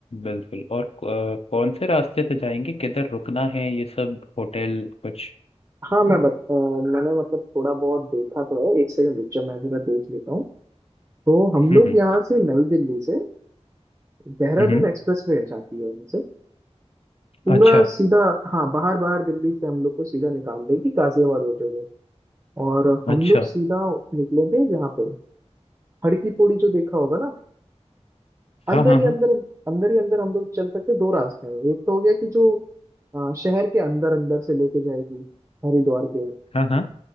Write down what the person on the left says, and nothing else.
बिल्कुल और अ, कौन से रास्ते से जाएंगे किधर रुकना है ये सब होटल कुछ
हम्म
हम्म हम्म,
अच्छा
अच्छा
हाँ हाँ
हाँ
हाँ हाँ